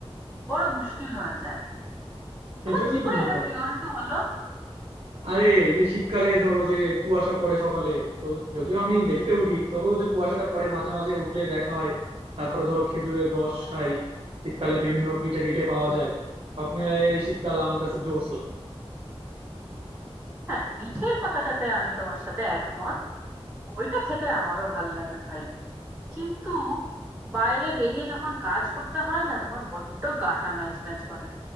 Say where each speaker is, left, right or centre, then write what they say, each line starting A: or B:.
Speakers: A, on the right (about 20°); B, on the right (about 65°).
A: বড় মুশকিল হয়ে যায়
B: সেজন্যই
A: তোমার কি
B: তো
A: করে
B: মজা
A: এটা প্রিয় ঋতু হলো
B: আরে এই যে শীতকালে ধরো যে কুয়াশা পড়ে সকালে তো যদিও আমি দেরিতে উঠি তবেও যে কুয়াশাটা পড়ে মাঝে মাঝে উঠলে দেখা হয় তারপরে ধরো খেজুরের রস খাই শীতকালে বিভিন্ন পিঠে টিঠে পাওয়া যায় সব মিলায়ে শীতকাল আমার কাছে জোশ লাগে
A: হ্যাঁ পিঠের কথাটাতে আমি তোমার সাথে একমত ওইটা খেতে আমারও ভাল লাগে ভাই কিন্তু বাইরে বেরিয়ে যখন কাজ করতে হয় না তখন বড্ড গাটা ম্যাজ ম্যাজ করে